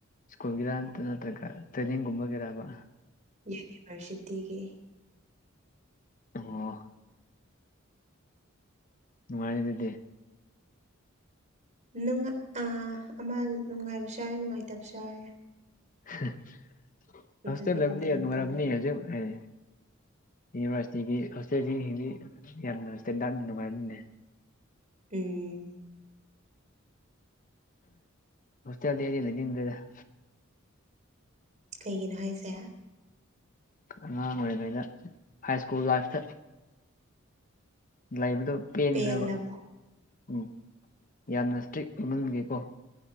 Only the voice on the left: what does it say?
ꯁ꯭ꯀꯨꯜꯒꯤꯔ ꯅꯠꯇ꯭ꯔꯒ ꯇ꯭ꯔꯦꯅꯤꯡꯒꯨꯝꯕꯒꯤꯔꯕ
ꯑꯣ ꯅꯨꯡꯉꯥꯏꯔꯦ ꯑꯗꯨꯗꯤ
ꯍꯦ ꯍꯣꯁꯇꯦꯜ
ꯂꯩꯕꯅꯤꯅ
ꯅꯨꯡꯉꯥꯏꯔꯝꯅꯤ
ꯍꯧꯖꯤꯛ ꯑꯦ ꯌꯨꯅꯤꯚꯥꯔꯁꯤꯇꯤꯒꯤ ꯍꯣꯁꯇꯦꯜꯁꯤꯡꯗꯤ ꯌꯥꯝꯅ ꯁ꯭ꯇꯦꯟꯗꯥꯔꯠꯅꯤ ꯅꯨꯡꯉꯥꯏꯔꯝꯅꯤꯅꯦ
ꯍꯣꯁꯇꯦꯜꯗꯤ ꯑꯩꯗꯤ ꯂꯩꯅꯤꯡꯗꯦꯗ
ꯑꯉꯥꯡ ꯑꯣꯏꯔꯤꯉꯩꯗ ꯍꯥꯏ ꯁ꯭ꯀꯨꯜ ꯂꯥꯏꯐꯇ ꯂꯩꯕꯗꯣ ꯄꯦꯟꯈ꯭ꯔꯕ
ꯎꯝ ꯌꯥꯝꯅ ꯏꯁꯇ꯭ꯔꯤꯛ ꯑꯣꯏꯃꯟꯕꯒꯤꯀꯣ